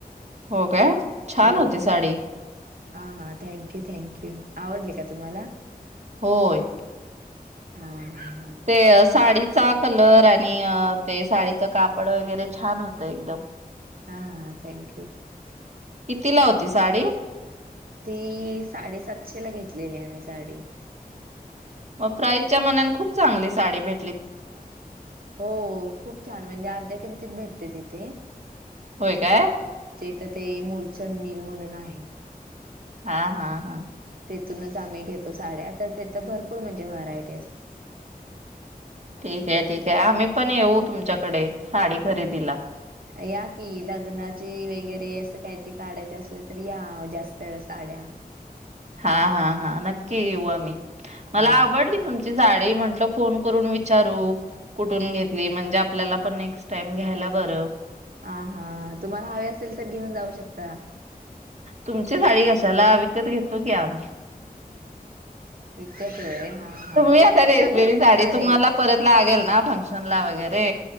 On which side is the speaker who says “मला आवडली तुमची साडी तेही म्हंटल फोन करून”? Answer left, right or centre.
Right